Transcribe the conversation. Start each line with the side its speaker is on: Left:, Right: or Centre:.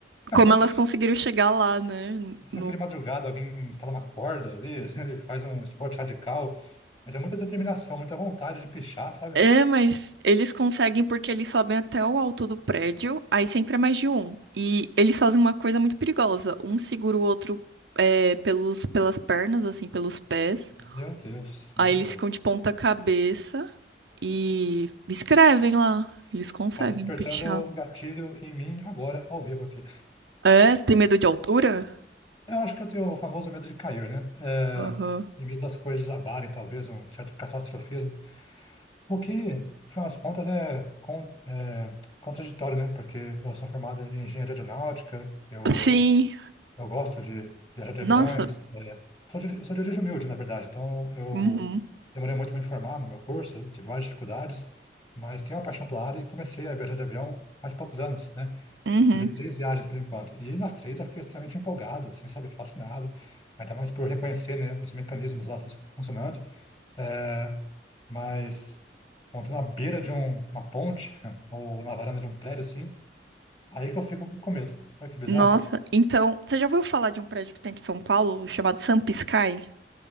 Right: Como
Left: <laughs>
Right: elas conseguiram chegar lá, né?
Left: Sempre
Right: No...
Left: de madrugada alguém instala uma corda ali, <laughs> ele faz um esporte radical, mas é muita determinação, muita vontade de pichar, sabe?
Right: É, mas eles conseguem porque eles sobem até o alto do prédio, aí sempre é mais de um. E eles fazem uma coisa muito perigosa. Um segura o outro é, pelos, pelas pernas, assim, pelos pés.
Left: Meu Deus, meu
Right: Aí eles
Left: Deus.
Right: ficam de ponta cabeça e escrevem lá. Eles conseguem
Left: Tá despertando
Right: pichar.
Left: o gatilho em mim agora, ao vivo aqui.
Right: É, você tem medo de altura?
Left: Eu acho que eu tenho o famoso medo de cair, né? É,
Right: Aham.
Left: e medo das coisas desabarem, talvez, um certo catastrofismo. O que, no final das contas, é, con- é contraditório, né? Porque eu sou formado em engenharia aeronáutica, eu
Right: Sim.
Left: Eu gosto de viajar de
Right: Nossa.
Left: aviões. é. Sou de, sou de origem humilde, na verdade. Então, eu
Right: Uhum.
Left: demorei muito para me formar no meu curso, tive várias dificuldades, mas tenho uma paixão pela área e comecei a viajar de avião faz poucos anos, né?
Right: Uhum.
Left: Tive três viagens por enquanto. E nas três eu fiquei extremamente empolgado, assim, sabe, fascinado. Ainda mais por reconhecer, né, os mecanismos lá fun- funcionando. É, mas, quando na beira de um- uma ponte <laughs> ou na varanda de um prédio, assim, aí que eu fico com medo. Olha que bizarro.
Right: Nossa. Então, você já ouviu falar de um prédio que tem aqui em São Paulo chamado Samp Sky?